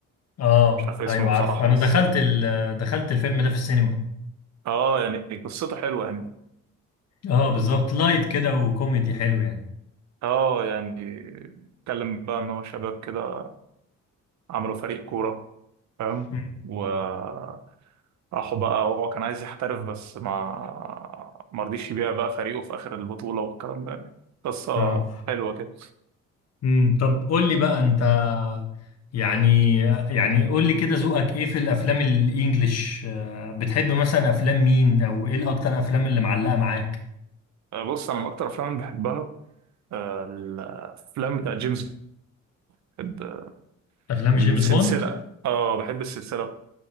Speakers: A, on the left; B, on the right.
A: اه
B: مش عارف اسمه
A: ايوه
B: بصراحه
A: عارف انا
B: بس
A: دخلت ال... دخلت الفيلم ده في السينما
B: اه يعني قصته حلوه يعني
A: اه بالظبط لايت كده وكوميدي حلو يعني
B: اه يعني اتكلم بقى ان هو شباب كده عملوا فريق كوره فاهم
A: مم.
B: وراحوا بقى هو كان عايز يحترف بس ما مرضيش يبيع بقى فريقه في اخر البطوله والكلام ده يعني قصه
A: اه
B: حلوه كده
A: امم طب قول لي بقى انت يعني يعني قول لي كده ذوقك ايه في الافلام الانجليش آه، بتحب مثلا افلام مين او ايه الاكتر افلام اللي معلقة معاك
B: آه، بص انا من اكتر افلام اللي بحبها آه، الافلام بتاع جيمس بحب آه،
A: افلام
B: السلسله
A: جيمس بوند
B: اه بحب السلسله